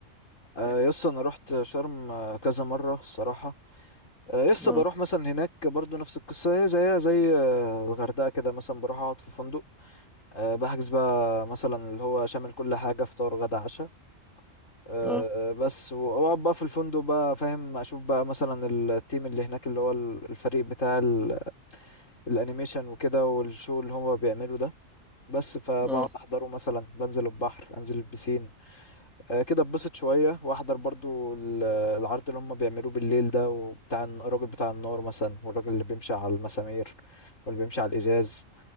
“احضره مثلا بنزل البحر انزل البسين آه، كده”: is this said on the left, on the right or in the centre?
Left